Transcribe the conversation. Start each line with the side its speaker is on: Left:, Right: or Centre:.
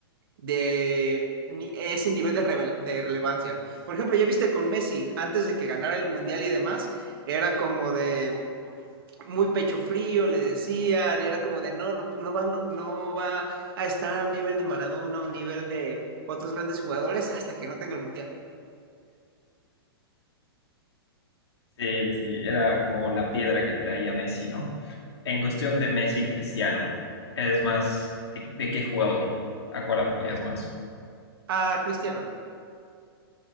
Right: de ni- ese nivel de, revel- de relevancia. Por ejemplo, ya viste con Messi, antes de que ganara el Mundial y demás, era como de muy pecho frío, le decían, y era como de, no, no, no va, no va a estar a un nivel de Maradona o un nivel de otros grandes jugadores hasta que no tenga el Mundial.
Left: Sí, sí, era como la piedra que traía Messi, ¿no? En cuestión de Messi y Cristiano, es más, ¿de, de qué jugador? ¿A cuál apoyas más?
Right: Ah, Cristiano,